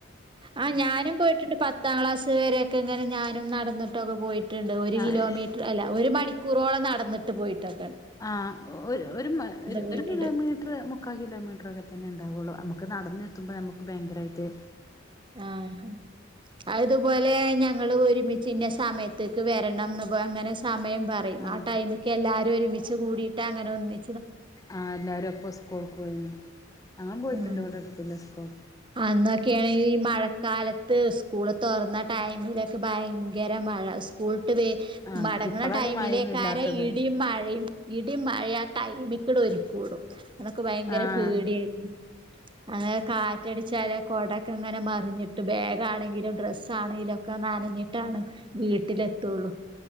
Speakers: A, on the right (about 25°); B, on the left (about 20°).
A: ആ ഞാനും പോയ്ട്ട്ണ്ട് പത്താം ക്ലാസ് വരെക്കെ ഇങ്ങനെ ഞാനും നടന്ന് ഒക്കെ പോയ്ട്ട്ണ്ട് ഒരു
B: ആ
A: കിലോമീട്ട്ർ അല്ല ഒരു മണിക്കൂറോളം നടന്ന്ട്ട് പോയിട്ടൊ
B: ആ ഹ് ഒരു ഒരു മ ഒരു
A: പോയിട്ടുണ്ട്
B: ഒരു കിലോമീട്ട്ർ മുക്കാ കിലോ മീട്ട്ർ ഒക്കെ തന്നെ ഇണ്ടാവൊള്ളൂ നമു ക്ക് നടന്നെത്തുമ്പം ഞമ്മക്ക് ഭയങ്കരായിട്ട്
A: ആഹ് അഇത് പോലേഞങ്ങള് ഒരുമി ജ്ജ് ഇന്ന സമയത്ത്ക്ക് വെരെണംന്ന് ബ് അങ്ങനെ സമയം പറിം
B: ആഹ്
A: ആ ടൈമ്ക്ക് എല്ലാരും ഒര്മി കൂടീട്ട് അങ്ങനെ ഒന്നി
B: ആഹ് എല്ലാരും അപ്പൊ സ്കൂൾക്ക് പോയിന്ന് ഞാൻ പോയിട്ട്ണ്ട്
A: ഉം
B: ഇവടെ എട്ത്ത്ള്ള സ്കൂൾ --
A: അന്നൊക്കെയാണെങ്കി ഈ മഴക്കാലത്ത് സ്കൂൾ തൊറന്ന ടൈമിലൊക്കെ ഭയങ്കര മഴ സ്കൂൾ ദേ
B: ആഹ്
A: മടങ്ങ്ന്ന
B: ഇപ്പളല്ലേ
A: ടൈമിലേക്കാര
B: മഴയൊന്നും ഇല്ലാത്തത്
A: ഇടിം മഴയും ഇടിം മഴ ആ ടൈമിക് ട് ഒര്ക്കൂടും അതൊക്കെ ഭയങ്കര
B: ആഹ്
A: പേട്യേനി അങ്ങനെ കാ റ്റടിച്ചാല് കൊടക്കെങ്ങനെ മറിഞ്ഞിട്ട് ബേഗാണെങ്കിലും ഡ്രസ്സാണേലാെക്കെ നനഞ്ഞിട്ടാണ് വീട്ടിലെത്തുള്ളൂ